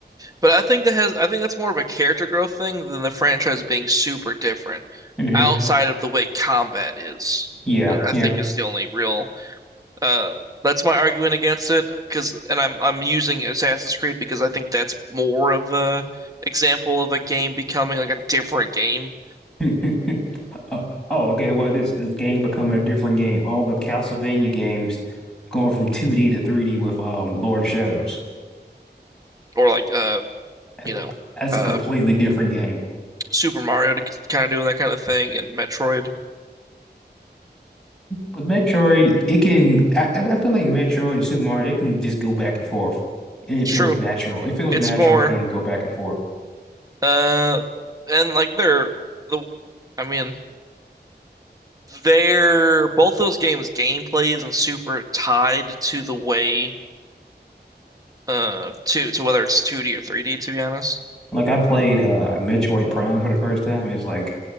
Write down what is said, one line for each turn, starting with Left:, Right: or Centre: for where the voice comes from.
Right: But I think that has I think that's more of a character growth thing than the franchise being super different
Centre: hmm
Right: outside of the way combat is.
Centre: Yeah,
Right: that I
Centre: yeah.
Right: think is the only real uh that's my argument against it. Because, and I'm I'm using Assassin's Creed because I think that's more of a example of a game becoming like a different game
Centre: <laughs> Oh, oh, okay. Well, this this game becoming a different game. All the Castlevania games going from 2D to 3D with um Lord of Shadows.
Right: or like uh
Centre: That-
Right: you know
Centre: That's
Right: uh
Centre: a completely different game.
Right: Super Mario to kind of doing that kind of thing and Metroid.
Centre: But Metroid, it can. I, I I feel like Metroid and Super Mario, they can just go back and forth, and it
Right: It's
Centre: feels
Right: true.
Centre: natural. It feels
Right: It's
Centre: natural
Right: more
Centre: for them to go back and forth.
Right: uh and like they're the I mean They're both those games' gameplay isn't super tied to the way uh to to whether it's 2D or 3D, to be honest.
Centre: Like I played uh Metroid Prime for the first time. It's like,